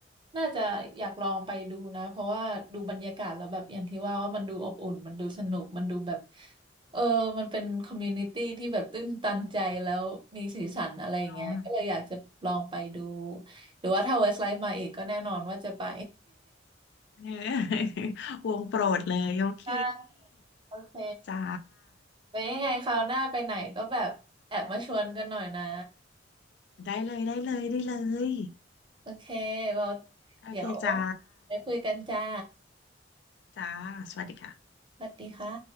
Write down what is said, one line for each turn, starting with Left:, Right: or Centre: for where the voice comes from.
Right: น่าจะอยากลองไปดูนะ เพราะว่าดูบรรยากาศแล้วแบบอย่างที่ว่าว่ามันดูอบอุ่นมันดูสนุกมันดูแบบ เออมันเป็นคอมมูนิตี้ที่แบบตื้นตันใจแล้วมีสีสันอะไรอย่างเงี้ยก็เลยอยากจะลองไปดู
Left: เนาะ <laughs>
Right: หรือว่าถ้าเวสไลฟ์มาอีกก็แน่นอนว่าจะไป
Left: เออวงโปรดเลยโอเค
Right: <laughs> ได้โอเค
Left: จ้า
Right: ไปยังไงคราวหน้าไปไหนก็แบบแอบมาชวนกันหน่อยนะ
Left: ได้เลยได้เลยได้เลย
Right: โอเคเรา
Left: โอเคจ้า
Right: เดี๋ยวไปคุยกันจ้า
Left: จ้าสวัสดีค่ะ
Right: สวัสดีค่ะ